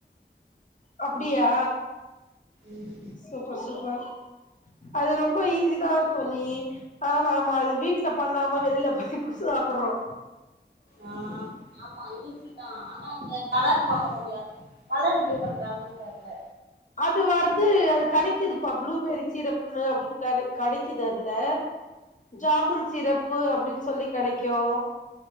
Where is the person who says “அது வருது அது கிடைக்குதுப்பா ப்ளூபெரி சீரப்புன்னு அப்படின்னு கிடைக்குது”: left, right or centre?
Left